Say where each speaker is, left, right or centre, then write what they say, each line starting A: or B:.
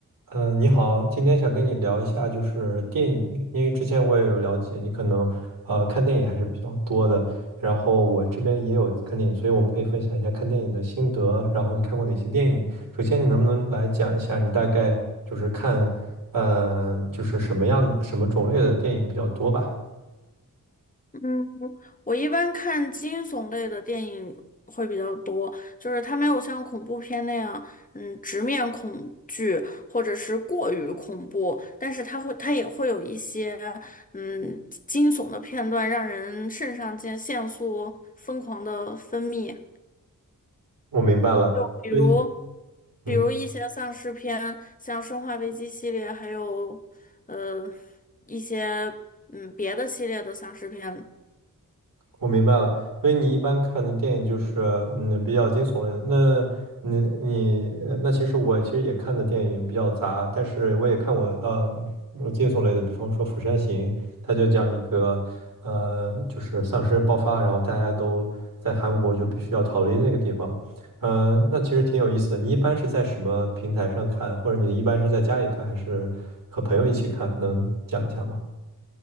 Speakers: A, on the right; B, on the left.
A: 嗯，你好，今天想跟你聊一下就是电影，因为之前我也有了解，你可能呃看电影还是比较多的，然后我这边也有看电影，所以我们可以分享一下看电影的心得，然后你看过哪些电影？首先，你能不能来讲一下你大概就是看呃就是什么样什么种类的电影比较多吧？
B: 嗯，我一般看惊悚类的电影会比较多，就是它没有像恐怖片那样，嗯，直面恐惧或者是过于恐怖，但是它会，它也会有一些，嗯，惊悚的片段，让人肾上腺腺素疯狂的分泌，
A: 我明白了，
B: 就比如，
A: 所以嗯。
B: 比如一些丧尸片，像《生化危机》系列，还有，呃，一些嗯别的系列的丧尸片。
A: 我明白了，所以你一般看的电影就是嗯比较惊悚类的。那你你呃那其实我其实也看的电影比较杂，但是我也看过呃呃惊悚类的，比方说《釜山行》，它就讲一个呃就是丧尸爆发，然后大家都在韩国就必须要逃离那个地方。嗯、那其实挺有意思的。你一般是在什么平台上看，或者你一般是在家里看，还是和朋友一起看？能讲一下吗？